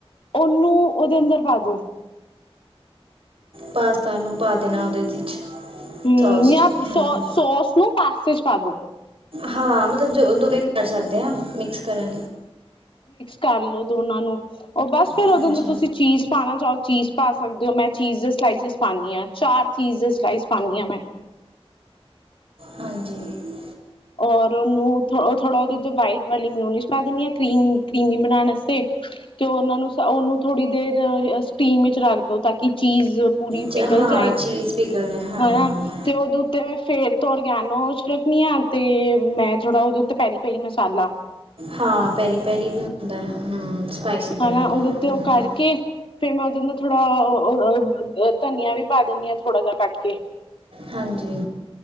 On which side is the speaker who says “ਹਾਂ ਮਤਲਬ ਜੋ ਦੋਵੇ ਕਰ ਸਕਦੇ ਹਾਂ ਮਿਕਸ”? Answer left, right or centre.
Right